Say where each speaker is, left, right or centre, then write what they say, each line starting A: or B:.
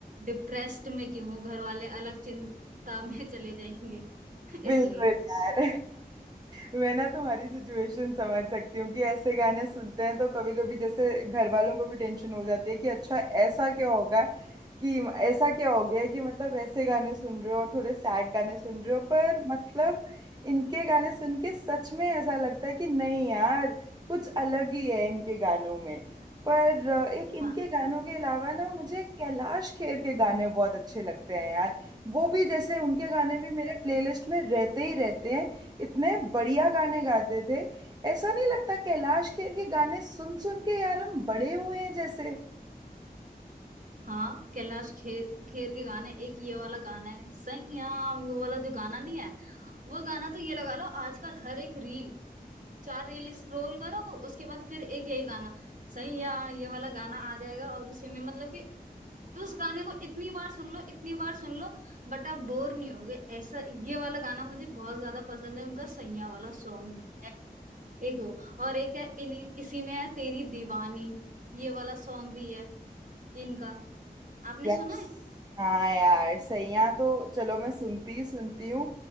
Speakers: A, on the right; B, on the right.
A: डिप्रेस्ड में क्यों हो घर वाले अलग चिंता में चले जाएंगे <laughs>
B: बिल्कुल
A: इसलिए
B: यार <laughs> मैं ना तुम्हारी सिचुएशन समझ सकती हूँ कि ऐसे गाने सुनते हैं तो कभी कभी जैसे घर वालों को भी टेंशन हो जाती है कि अच्छा ऐसा क्या होगा कि ऐसा क्या हो गया कि मतलब ऐसे गाने सुन रहे हो और थोड़े सैड गाने सुन रहे हो पर मतलब इनके गाने सुन के सच में ऐसा लगता है कि नहीं यार कुछ अलग ही है इनके गानों में पर अ, एक इनके
A: हाँ
B: गानों के अलावा ना मुझे कैलाश खेर के गाने बहुत अच्छे लगते हैं यार वो भी जैसे उनके गाने भी मेरे प्लेलिस्ट में रहते ही रहते हैं इतने बढ़िया गाने गाते थे ऐसा नहीं लगता कैलाश खेर के गाने सुन सुन के यार हम बड़े हुए हैं जैसे
A: हाँ कैलाश खेर खेर के गाने एक ये वाला गाना है संयाम वो वाला जो गाना नहीं है वो गाना तो ये लगा लो आजकल हर एक रील चार रील स्क्रॉल करो उसके बाद फिर एक यही गाना सैया ये वाला गाना आ जाएगा और उसी में मतलब कि उस गाने को इतनी बार सुन लो इतनी बार सुन लो बट आप बोर नहीं होगे ऐसा ये वाला गाना मुझे बहुत ज्यादा पसंद है उनका सैया वाला सॉन्ग जो है एक वो और एक है इन्हीं इसी में है तेरी दीवानी ये वाला सॉन्ग भी है इनका आपने
B: यस
A: सुना है
B: हाँ यार सैया तो चलो मैं सुनती ही सुनती हूँ